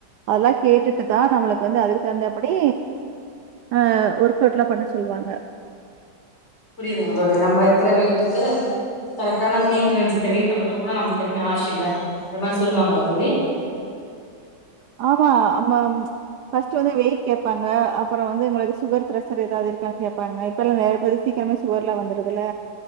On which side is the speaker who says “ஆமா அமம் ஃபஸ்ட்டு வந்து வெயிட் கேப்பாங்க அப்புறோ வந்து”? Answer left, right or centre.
Right